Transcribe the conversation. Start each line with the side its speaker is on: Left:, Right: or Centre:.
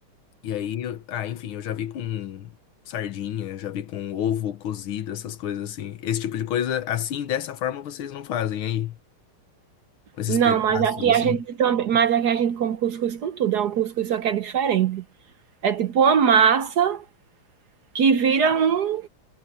Left: e aí, eu- ah, enfim, eu já vi com sardinha, já vi com ovo cozido, essas coisas assim. Esse tipo de coisa, assim, dessa forma, vocês não fazem aí, com esses
Right: Não,
Left: pedaços,
Right: mas aqui
Left: assim.
Right: a gente também, mas aqui a gente come cuscuz com tudo, é um cuscuz só que é diferente. É tipo uma massa que vira um,